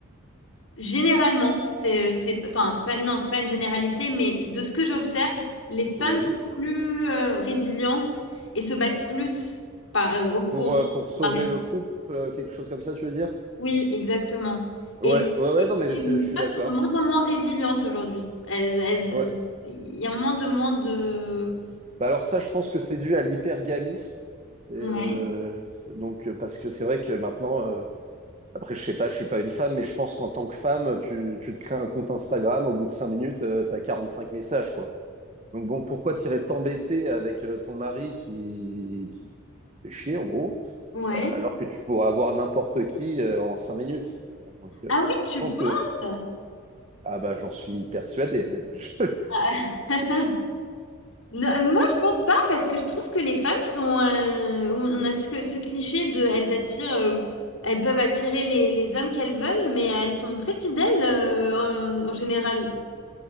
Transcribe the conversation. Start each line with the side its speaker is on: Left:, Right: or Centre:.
Left: Généralement, c'est, c'est, enfin, c'est pas, non, c'est pas une généralité, mais de ce que j'observe, les femmes
Right: oui.
Left: sont plus euh, résilientes et se battent plus par, euh, au cours
Right: Pour,
Left: du
Right: euh, pour sauver
Left: mariage.
Right: le couple, euh, quelque chose comme ça, tu veux dire?
Left: Oui, exactement.
Right: Ouais,
Left: Et,
Right: ouais, ouais, non, mais
Left: et
Right: c'est-
Left: les
Right: je suis
Left: femmes
Right: d'accord.
Left: sont de moins en moins résilientes aujourd'hui. Elles, elles-
Right: Ouais.
Left: il y a moins de moins de...
Right: Bah alors ça, je pense que c'est dû à l'hypergamie. Et,
Left: Ouais,
Right: euh, donc, euh, parce que c'est vrai que maintenant, euh, Après, je sais pas, je suis pas une femme, mais je pense qu'en tant que femme, tu, tu te crées un compte Instagram, au bout de cinq minutes, euh, t'as cinq messages, quoi. Donc bon, pourquoi t'irais t'embêter avec euh, ton mari qui, qui te fait chier, en gros,
Left: ouais.
Right: euh, alors que tu pourrais avoir n'importe qui euh, en cinq minutes. Donc, euh,
Left: Ah oui, tu
Right: je pense
Left: penses?
Right: que... c'est- Ah bah, j'en suis persuadé, même. <laughs> Je-
Left: <laughs> Non, euh, moi, je pense pas parce que je trouve que les femmes sont. euh, on a ce, que- ce cliché de. Elles attirent. euh, elles peuvent attirer les, les hommes qu'elles veulent, mais elles sont très fidèles euh, en, en général.